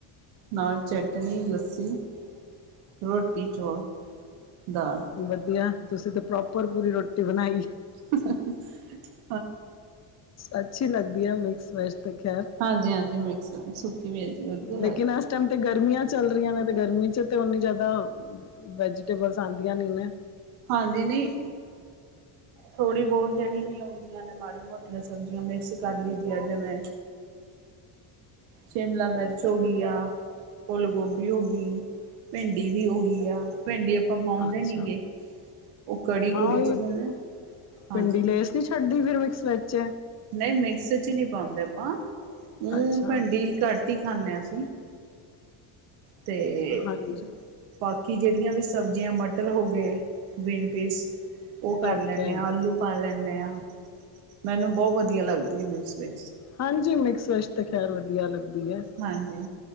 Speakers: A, on the right; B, on the left.
A: ਨਾਲ ਚਟਣੀ ਲੱਸੀ ਰੋਟੀ ਚੌਲ ਦਾਲ
B: ਵਧੀਆ ਤੁਸੀਂ ਤਾਂ ਪ੍ਰੋਪਰ ਪੂਰੀ ਰੋਟੀ ਬਣਾਈ
A: <unintelligible>
B: ਅੱਛੀ ਲੱਗਦੀ ਹੈ ਮਿਕਸ ਵੈਜ ਤੇ ਖੈਰ
A: ਹਾਂਜੀ ਹਾਂਜੀ ਅੱਛ ਸੁੱੱਕੀ ਵੀ ਜ ਵਧੀਆ ਲੱਗਦੀ
B: ਲੇਕਿਨ ਇਸ ਟਾਈਮ ਤੇ ਗਰਮੀਆਂ ਚੱਲ ਰਹੀਆਂ ਨੇ ਤੇ ਗਰਮੀ ' ਤਾਂ ਉਨੀ ਜ਼ਿਆਦਾ ਵੈਜੀਟੇਬਲਸ ਆਉਂਦੀਆਂ ਨਹੀਂ ਨਾ
A: ਹਾਂਜੀ ਨਹੀਂ ਥੋੜ੍ਹੀ ਬਹੁਤ ਜਿਹੜੀ ਵਿ ਆਉਂਦੀਆਂ ਨੇ ਮਾੜੀ ਮੋਟੀਆਂ ਸਬਜ਼ੀਆਂ ਮਿਕਸ ਕਰ ਲਈਦੀ ਹੈ ਜਿਵੇਂ ਸ਼ਿਮਲਾ ਮਿਰਚ ਹੋਗਿਆ ਫੁੱਲ ਗੋਭੀ ਹੋਗਈ ਭਿੰਡੀ ਵੀ ਹੋ ਗਈ ਆ ਭਿੰਡੀ ਆਪਾਂ ਪਾਉਂਦੇ
B: ਅੱਛਾ
A: ਨੇੀਗੇ ਉਹ ਕੜੀ
B: ਹਾਂ
A: ਕੁੜੀ
B: ਉਹੀ
A: ਚ ਪੈਂਦਾ ਹਾਂਜੀ
B: ਪਿੰਡੀ ਲੇਸ ਛੱਡਦੀ ਫਿਰ ਮਿਕਸ ਵਿੱਚ
A: ਨਹੀਂ ਮਿਕਸ ਚ ਨਹੀਂ ਪਾਉਂਦੇ ਆਪਾਂ ਉਹ
B: ਅੱਛਾ
A: ਭੰਡੀ ਘੱਟ ਹੀ ਖਾਂਦੇ ਹ ਅਸੀਂ ਅਤੇ
B: ਹਾਂਜੀ
A: ਬਾਕੀ ਜਿਹੜੀਆਂ ਵੀ ਸਬਜ਼ੀਆਂ ਮਟਰ ਹੋ ਗਏ ਬੀਨ ਪੀਸ ਉਹ ਕਰ
B: ਓਕੇ
A: ਲੈਂਦੇ ਹਾਂ ਆਲੂ ਪਾ ਲੈਂਦੇ ਹਾਂ ਮੈਨੂੰ ਬਹੁਤ ਵਧੀਆ ਲੱਗਦੀ ਹੈ ਮਿਕਸ ਵੈਜ
B: ਹਾਂਜੀ ਮਿਕਸਸ਼ ਤੇ ਖੈਰ ਵਧੀਆ ਲੱਗਦੀ ਹੈ
A: ਹਾਂਜੀ